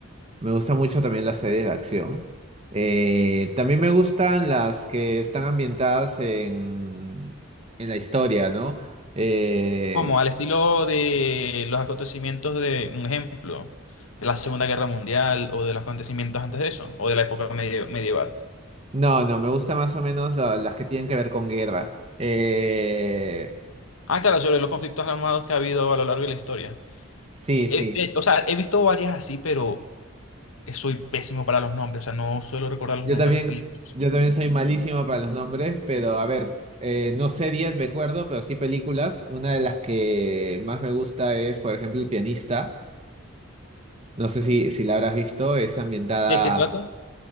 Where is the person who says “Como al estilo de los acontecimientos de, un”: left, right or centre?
Left